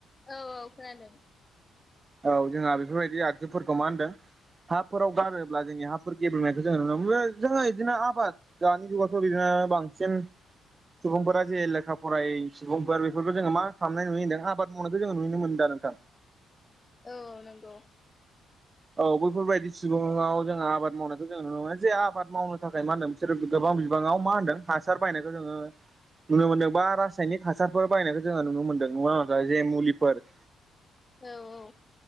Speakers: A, on the left (about 25°); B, on the right (about 30°).
A: औ-औ खोनादों
B: औ जोंहा बेफोरबायदि आगजुफोरखौ मा होनदों हाफोराव गारोब्ला जोंनि हाफोर गेबेनायखौ जों नुनो मोनो जोङो बिदिनो आबाद दानि जुगावथ' बिदिनो बांसिन सुबुंफोरा जे लेखा फराय सुबुंफोर बेफोरखौ जोङो मा खालामनाय नुयो होनदों आबाद मावनायखौ जोङो नुनो मोन दा नोंथां
A: औ नंगौ
B: औ बैफोरबायदि सुबुंङाव जोङो आबाद मावनायखौ जों नुनो मोनो जे आबाद मावनो थाखाय मा होनदों बिसोर गोबां बिबाङाव मा होनदों हासार बाहायनायखौ जोङो नुनो मोन्दों बा रासायनिक हासारफोर बायनायखौ जोङो नुनो मोन्दों नङा जे मुलिफोर
A: औ-औ